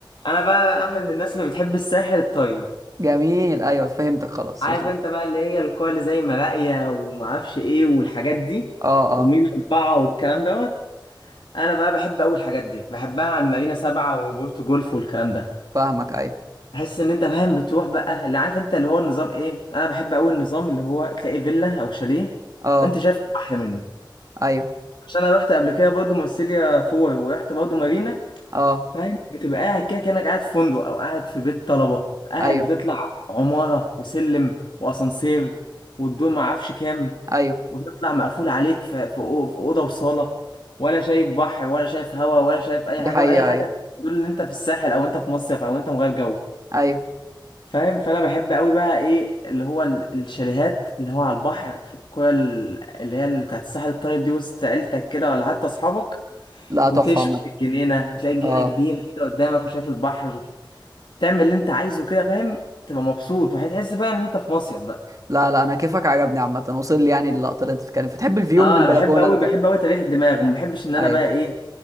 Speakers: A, on the left; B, on the right.
A: انا بقى من الناس اللي بتحب الساحل الطيب
B: جميل أيوه فهمتك خلاص
A: عارف
B: وصلت
A: انت بقى اللي هي الكوره اللي زي مراقية وما اعرفش ايه والحاجات دي
B: اه
A: ومين
B: اه
A: اربعه والكلام دوت انا بقى بحب اول الحاجات دي بحبها عن مارينا سبعة وبورتو جولف والكلام ده
B: فاهمك أيوه
A: تحس ان انت فاهم بتروح بقى اللي عارف انت اللي هو النظام ايه انا بحب قوي النظام اللي هو تلاقي فيلا او شاليه
B: اه
A: وانت شايف احلى منه
B: ايوه
A: عشان انا رحت قبل كده برضه مارسيليا فور ورحت برضه مارينا
B: اه
A: فاهم بتبقى قاعد كده كانك قاعد في فندق او قاعد في بيت طلبه قاعد
B: ايوه
A: بتطلع عماره وسلم واسانسير والدور ما اعرفش كام
B: ايوه
A: وتطلع مقفول عليك في في أو- في اوضه وصاله ولا شايف بحر ولا شايف هوا ولا شايف اي
B: دي
A: حاجه
B: حقيقة
A: ولا اي حاجه
B: ايوه
A: تدل ان انت في الساحل او انت في مصيف او انت مغير جو
B: ايوه
A: فاهم فانا بحب قوي بقى ايه اللي هو ال- الشاليهات اللي هو على البحر في الكوره ال- اللي هي اللي بتاعت الساحل الطيب دي وسط عيلتك كده ولا حتى اصحابك
B: لا تحفة
A: وتشوي
B: عامة
A: في الجنينه وتلاقي الجنينه
B: اه
A: كبيره كده قدامك وشايف البحر وتعمل اللي انت عايزه كده فاهم تبقى مبسوط وهتحس فعلا ان انت في مصيف بقى
B: لا لا انا كيفك عجبني عامة وصل لي يعني اللقطة اللي انت بتتكلم فيها. بتحب الفيو
A: اه
B: من البلكونة
A: بحب قوي
B: انت
A: بحب قوي تريح الدماغ وما بحبش ان انا
B: ايوه
A: بقى ايه